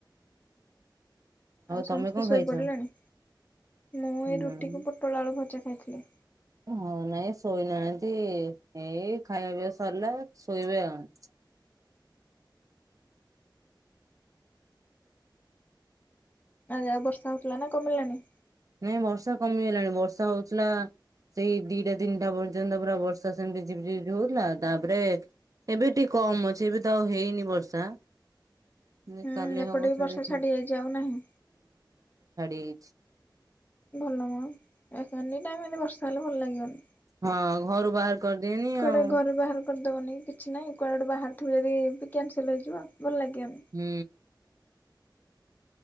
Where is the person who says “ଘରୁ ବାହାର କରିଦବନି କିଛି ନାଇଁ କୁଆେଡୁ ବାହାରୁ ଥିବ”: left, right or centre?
Left